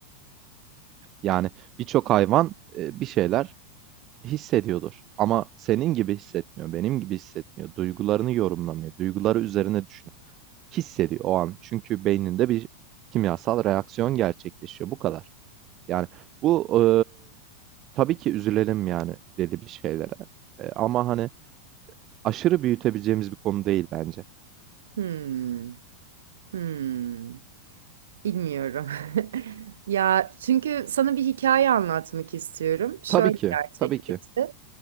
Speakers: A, on the right (about 35°); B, on the right (about 65°).
A: Yani birçok hayvan e, bir şeyler hissediyordur. Ama senin gibi hissetmiyor, benim gibi hissetmiyor. Duygularını yorumlamıyor. Duyguları üzerine düşünüyor. Hissediyor o an. Çünkü beyninde bir kimyasal reaksiyon gerçekleşiyor. Bu kadar. Yani bu e, tabii ki üzülelim yani belli bir şeylere. E, ama hani Aşırı büyütebileceğimiz bir konu değil bence.
B: Hmm, hmm. Bilmiyorum. <laughs> Ya çünkü sana bir hikaye anlatmak istiyorum. Şöyle
A: Tabii ki,
B: gerçekleşti.
A: tabii ki.